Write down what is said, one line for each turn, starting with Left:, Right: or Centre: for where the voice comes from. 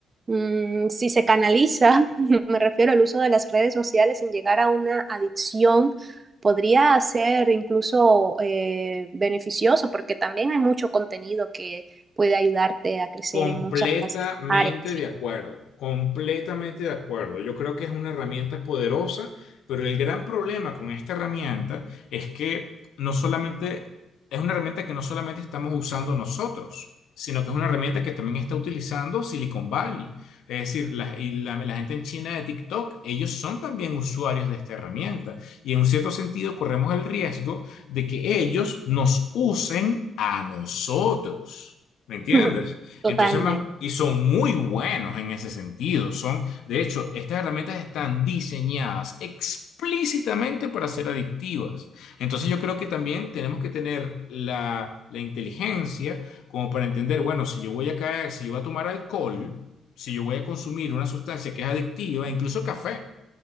Right: Mm, si se canaliza, <laughs> me refiero al uso de las redes sociales sin llegar a una adicción, podría ser incluso eh, beneficioso porque también hay mucho contenido que puede ayudarte a crecer
Left: Completamente
Right: en muchas áreas.
Left: de acuerdo, completamente de acuerdo. Yo creo que es una herramienta poderosa, pero el gran problema con esta herramienta es que no solamente es una herramienta que no solamente estamos usando nosotros, sino que es una herramienta que también está utilizando Silicon Valley. Es decir, la, y la- la gente en China de TikTok, ellos son también usuarios de esta herramienta. Y en un cierto sentido corremos el riesgo de que ellos nos usen a nosotros. ¿Me entiendes?
Right: <laughs> Totalmente.
Left: Entonces, más, y son muy buenos en ese sentido. Son, de hecho, estas herramientas están diseñadas explícitamente para ser adictivas. Entonces, yo creo que también tenemos que tener la, la inteligencia como para entender, bueno, si yo voy a caer, si yo voy a tomar alcohol, si yo voy a consumir una sustancia que es adictiva, incluso café,